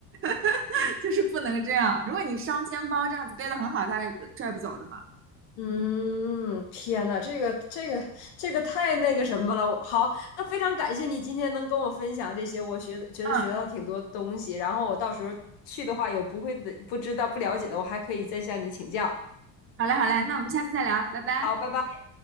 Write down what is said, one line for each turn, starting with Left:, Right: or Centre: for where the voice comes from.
Right: <laughs> 就是不能这样。如果你双肩包这样子背的很好，他是拽不走的嘛。
Left: 嗯，天呐，这个这个这个太那个什么了。我好，那非常感谢你今天能跟我分享这些，我学觉得学到挺多东西。
Right: 嗯，
Left: 然后我到时候去的话，有不会的、不知道、不了解的，我还可以再向你请教。
Right: 好嘞好嘞，那我们下次再聊，拜拜。
Left: 好，拜拜。